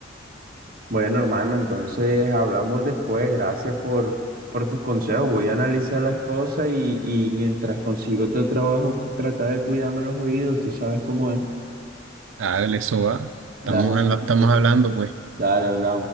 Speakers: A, on the right; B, on the right.
A: Bueno, hermano, entonces hablamos después. Gracias por, por tus consejos. Voy a analizar las cosas y, y mientras consigo otro trabajo, trata de cuidarme los oídos. Tú sabes cómo es.
B: hágale, eso va. Estamos,
A: Dale,
B: en
A: listo.
B: la- estamos hablando, pues.
A: dale, hablamos.